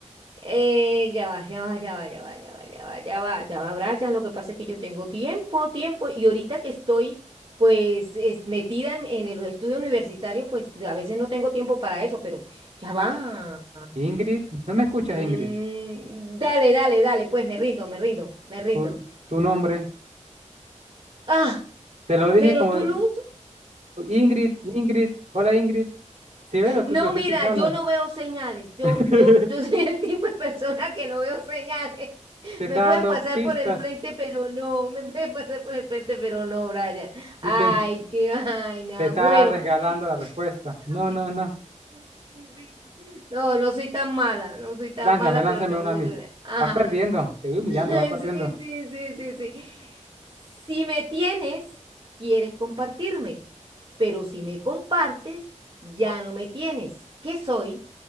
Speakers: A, on the right; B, on the right.
A: Eh, ya va, ya va, ya va, ya va, ya va, ya va, ya va, ya va, Brian. Lo que pasa es que yo tengo tiempo, tiempo, y ahorita que estoy, pues, es- metida en, en los estudios universitarios, pues, a veces no tengo tiempo para eso, pero ya va.
B: Ingrid, ¿no me escuchas,
A: Mm,
B: Ingrid?
A: dale, dale, dale, pues, me rindo, me rindo, me rindo.
B: tu, tu nombre.
A: Ah,
B: Te lo dije
A: pero
B: como
A: tú, Luz.
B: Ingrid, Ingrid, hola Ingrid. Si ves, lo, estoy-
A: No,
B: lo estoy
A: mira,
B: utilizando.
A: yo no veo señales. Yo,
B: <laughs>
A: yo, yo <laughs> soy el tipo de persona que no veo señales.
B: Te
A: Me
B: está
A: pueden
B: dando
A: pasar
B: pistas
A: por el frente, pero no. Me pueden pasar por el frente, pero no, Brian.
B: y
A: Ay,
B: pens-
A: qué vaina.
B: te está
A: Bueno.
B: regalando
A: <laughs>
B: la respuesta. No,
A: Ay,
B: no, no.
A: sí, sí, sí. No, no soy tan mala. No soy tan
B: Lánzame,
A: mala,
B: lánzame
A: pero tampoco
B: una a mí.
A: soy una- Ajá,
B: Vas perdiendo,
A: a ver.
B: te voy humillando,
A: <laughs>
B: vas perdiendo.
A: Sí, sí, sí, sí, sí. Si me tienes, quieres compartirme. Pero si me compartes, ya no me tienes. ¿Qué soy?